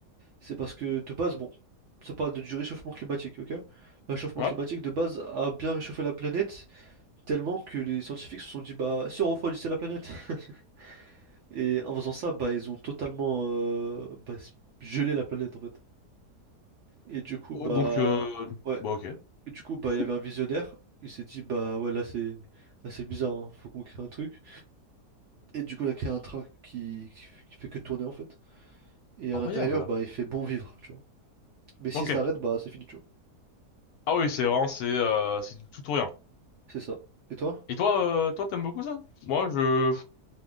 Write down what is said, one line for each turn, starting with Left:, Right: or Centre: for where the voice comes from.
Right: C'est parce que de base, bon, ça parle de- du réchauffement climatique, ok? Le réchauffement
Left: Ouais.
Right: climatique de base a bien réchauffé la planète tellement que les scientifiques se sont dit, bah, si on refroidissait la planète. <laughs> Et en faisant ça, bah, ils ont totalement euh, bah, gelé la planète en fait. Et du coup,
Left: Oh,
Right: bah,
Left: donc, euh,
Right: ouais,
Left: bah ok.
Right: et du coup, bah,
Left: C'est fou.
Right: il y avait un visionnaire. Il s'est dit, bah, ouais, là, c'est, là, c'est bizarre, hein, Faut qu'on crée un truc. Et du coup, il a créé un train qui, qui, qui fait que tourner, en fait. Et
Left: Incroyable.
Right: à l'intérieur, bah, il fait bon vivre, tu vois. Mais s'il
Left: Ok.
Right: s'arrête, bah, c'est fini, tu vois.
Left: Ah oui, c'est vraiment, c'est euh, c'est du tout ou rien.
Right: C'est ça. Et toi?
Left: Et toi, euh, toi, t'aimes beaucoup ça? Moi, je,